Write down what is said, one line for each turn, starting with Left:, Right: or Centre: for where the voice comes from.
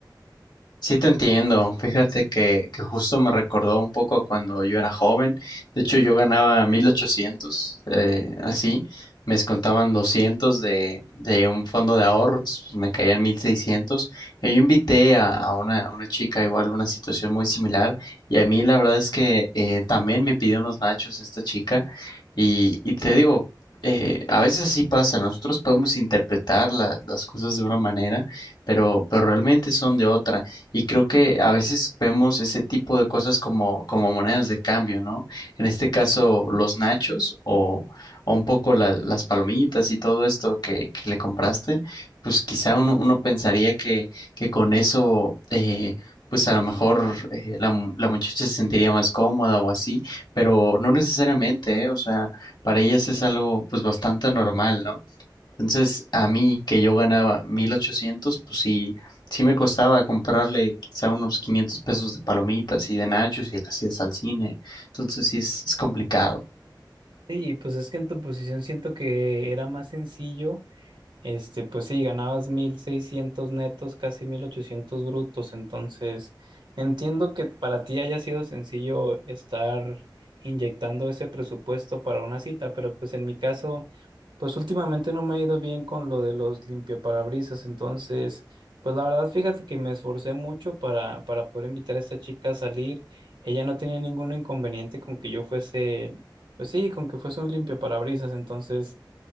Left: Sí, te entiendo. Fíjate que, que justo me recordó un poco a cuando yo era joven. De hecho, yo ganaba 1800, eh, así. Me descontaban 200 de, de un fondo de ahorros, pues, me caían 1600. Y yo invité a, a una, a una chica igual, una situación muy similar. Y a mí la verdad es que eh, también me pidió unos nachos esta chica. Y, y te digo, eh, a veces así pasa. Nosotros podemos interpretar la- las cosas de una manera, pero, pero realmente son de otra. Y creo que a veces vemos ese tipo de cosas como, como monedas de cambio, ¿no? En este caso, los nachos o, o un poco la- las palomitas y todo esto que, que le compraste, pues quizá uno, uno pensaría que, que con eso, eh, pues a lo mejor eh, la, mu- la muchacha se sentiría más cómoda o así, pero no necesariamente, ¿eh? O sea, para ellas es algo pues bastante normal, ¿no? Entonces, a mí que yo ganaba 1800, pues sí, sí me costaba comprarle quizá unos 500 pesos de palomitas y de nachos y las idas al cine. Entonces, sí es, es complicado.
Right: Y pues es que en tu posición siento que era más sencillo Este, pues sí, ganabas 1.600 netos, casi 1.800 brutos, entonces entiendo que para ti haya sido sencillo estar inyectando ese presupuesto para una cita, pero pues en mi caso, pues últimamente no me ha ido bien con lo de los limpiaparabrisas, entonces, pues la verdad, fíjate que me esforcé mucho para, para poder invitar a esta chica a salir, ella no tenía ningún inconveniente con que yo fuese, pues sí, con que fuese un limpiaparabrisas, entonces...